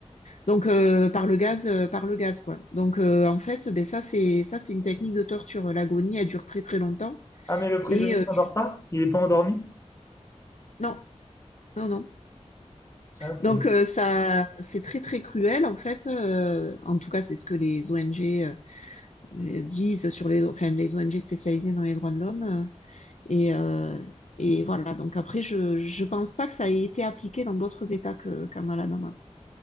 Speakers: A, on the left; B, on the left.
A: Donc euh, par le gaz, euh, par le gaz quoi. Donc euh, en fait, ben ça c'est ça c'est une technique de torture. L'agonie elle dure très très longtemps
B: Ah, mais le prisonnier
A: et euh,
B: s'endort
A: tu
B: pas? Il est pas endormi?
A: non non non.
B: Ah, ok.
A: Donc euh, ça c'est très très cruel en fait. euh, en tout cas c'est ce que les ONG euh, disent sur les enfin les ONG spécialisées dans les droits de l'homme euh, et euh, et voilà. Donc après je je pense pas que ça ait été appliqué dans d'autres États que qu'en Alabama.